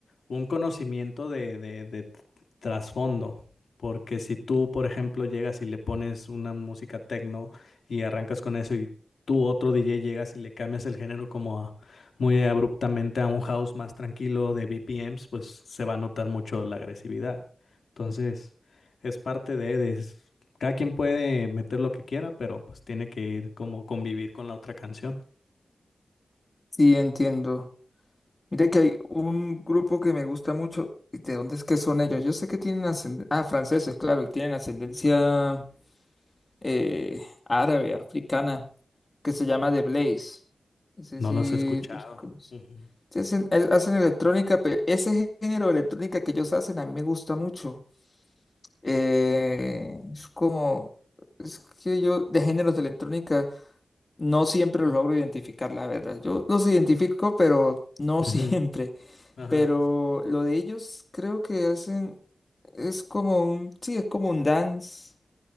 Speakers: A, on the left; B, on the left.
A: un conocimiento de, de, de t- trasfondo. Porque si tú, por ejemplo, llegas y le pones una música techno y arrancas con eso y tú otro DJ llegas y le cambias el género como a- muy abruptamente a un house más tranquilo de BPMs, pues se va a notar mucho la agresividad. Entonces, es parte de, de es- cada quien puede meter lo que quiera, pero pues tiene que ir como convivir con la otra canción.
B: Sí, entiendo. Mira que hay un grupo que me gusta mucho, ¿y de dónde es que son ellos? Yo sé que tienen ascendencia... Ah, franceses, claro, y tienen ascendencia eh, árabe, africana, que se llama The Blaze. No sé
A: No
B: si
A: los he escuchado.
B: los conoces.
A: Ujú.
B: Sí, Hacen, el- hacen electrónica, pero ese género de electrónica que ellos hacen a mí me gusta mucho. Eh, es como, es que yo de géneros de electrónica no siempre los logro identificar, la verdad. Yo los identifico, pero no
A: Ujú,
B: <laughs> siempre.
A: Ajá.
B: Pero lo de ellos creo que hacen, es como un, sí, es como un dance